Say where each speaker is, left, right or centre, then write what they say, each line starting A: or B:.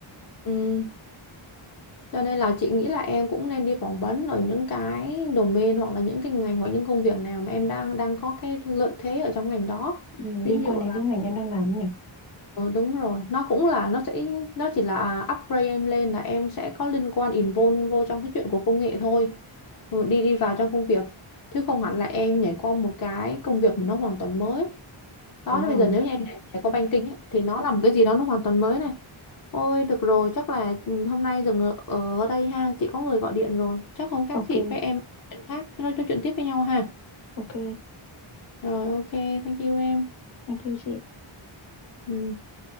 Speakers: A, on the left; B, on the left.
A: Ừm, cho nên là chị nghĩ là em cũng nên đi phỏng vấn ở những cái domain hoặc là những cái ngành hoặc những công việc nào mà em đang đang có cái lợi thế ở trong ngành đó
B: ừm,
A: ví
B: liên
A: dụ
B: quan đến
A: là
B: cái ngành em đang làm ấy nhỉ
A: ừ, đúng rồi nó cũng là nó sẽ nó chỉ là upgrade em lên là em sẽ có liên quan involve vô trong cái chuyện của công nghệ thôi Ừ, đi đi vào trong công việc chứ không hẳn là em nhảy qua một cái công việc mà nó hoàn toàn mới đó
B: đúng
A: bây
B: không
A: giờ nếu như em đã có banking á, thì nó là một cái gì đó nó hoàn toàn mới này ôi được rồi chắc là ừ, hôm nay dừng ở, ở đây ha chị có người gọi điện rồi chắc không khác
B: ok
A: chị với em nói chuyện khác nói, nói chuyện tiếp với nhau ha
B: ok
A: rồi ok thank you em
B: thank you chị
A: ừ.